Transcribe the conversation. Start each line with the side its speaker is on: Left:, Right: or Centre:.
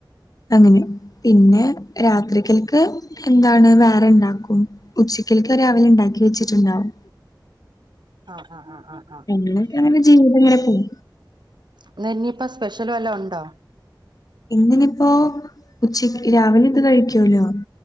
Left: അങ്ങനെ പിന്നെ രാത്രിക്കൽക്ക് എന്താണ് വേറെ ഇണ്ടാക്കും ഉച്ചക്കൽക്ക് രാവിലെ ഇണ്ടാക്കി വെച്ചിട്ട്ണ്ടാവും
Right: ആഹ് ആഹ് ആഹ് ആഹ്
Left: എങ്ങനൊക്കെയാണെങ്കിലും ജീവിതങ്ങനെ പോവും
Right: ഇന്നെന്നിയിപ്പോ സ്പെഷ്യല് വല്ലോം ഉണ്ടോ
Left: ഇന്നിനിപ്പോ ഉച്ചക്ക്‌ രാവിലെ ഇത് കഴിക്കോലോ